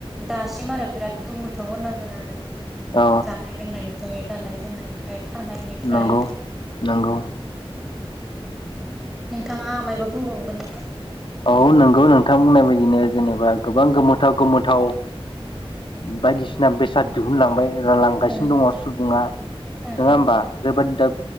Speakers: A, in the centre; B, on the left.
A: दासिम आरो बिराद गोमोथाव होननांगोन आरो
B: औ
A: जानाय लोंनाय निफाय गाननाय जोमनायनिफ्राय थानायनिफ्राय
B: नंगौ नंगौ
A: नोंथाङा मायबा बुंबावगोन नामा?
B: औ नंगौ नोंथां बुंननाय बायदिनो जेनेबा गोबां गोमोथाव गोमोथाव ओ बायदिसिना बेसाद दिहुनलांबाय लांगासिनो
A: उम
B: दङ सुबुङा
A: उम
B: नङा
A: उम
B: होमबा जेरैबादि दा